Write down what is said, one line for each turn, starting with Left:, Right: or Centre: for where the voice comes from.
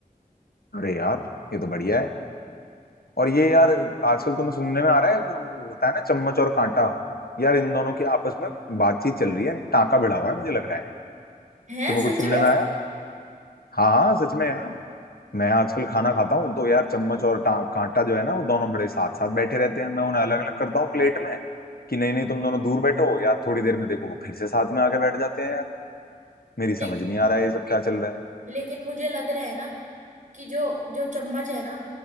Left: अरे यार ये तो बढ़िया है और ये यार आजकल तुम्हें सुनने में आ रहा है जो होता है ना चम्मच और कांटा यार इन दोनों की आपस में बातचीत चल रही है टाँका भिड़ा हुआ है मुझे लग रहा है
Right: है
Left: तुम्हें
Right: सच
Left: कुछ सुनने
Right: में
Left: में आया हाँ हाँ सच में यार मैं आजकल खाना खाता हूँ तो यार चम्मच और टा- कांटा जो है ना वो दोनों बड़े साथ साथ बैठे रहते हैं मैं उन्हें अलग अलग करता हूँ प्लेट में कि नहीं नहीं तुम दोनों दूर बैठो यार थोड़ी देर में देखो वो फिर से साथ में आके बैठ जाते हैं यार मेरी
Right: ले,
Left: समझ नहीं आ रहा है ये सब क्या चल रहा है
Right: लेकिन मुझे लग रहा है ना कि जो जो चम्मच है ना